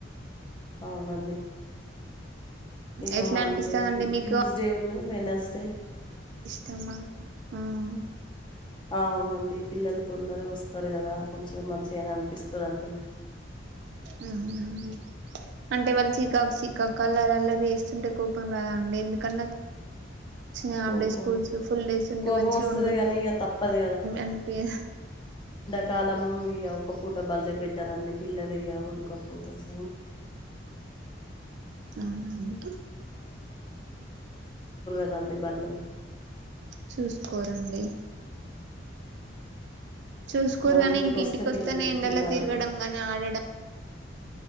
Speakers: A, on the left (about 25°); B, on the right (about 60°).
A: అవునండి ఇక
B: ఎట్లా
A: మండే
B: అనిపిస్తదండి మీకు
A: ట్యూస్డే ఉను వెనస్డే
B: కమా ఊ
A: అవునండి పిల్లలు తొందరగా వస్తారు కదా కొంచెం మంచిగానా అనిపిస్తుందండి
B: ఊమ్ అవునండి అంటే వాళ్ళు చికాకు చికాకు అల్లరి అల్లరి వేస్తుంటే కోపం రాద అండి ఎందుకన్నా వచ్చ హాఫ్
A: కోపం
B: డే స్కూల్స్ ఫుల్ డేస్ ఉంటే
A: కోపం
B: మంచిగుండు
A: వస్తుంది కానీ ఇక తప్పదు
B: అనిపియదా
A: కాల ఉమ్ ఇక ఒక్క పూట బల్లే పెట్టారండి పిల్లలు ఇక గుడ్ కప్పుడుత ఫ
B: అ అంది
A: రంది బళ్ళలే
B: చూసుకోరండి చూసుకోరుగాని
A: మనం ఇంటికి
B: ఇంకింటికి
A: వస్తే
B: వస్తేనే
A: పిల్లలకు
B: ఎండలో
A: తిన్నారో
B: తిరగడం గాని ఆడడం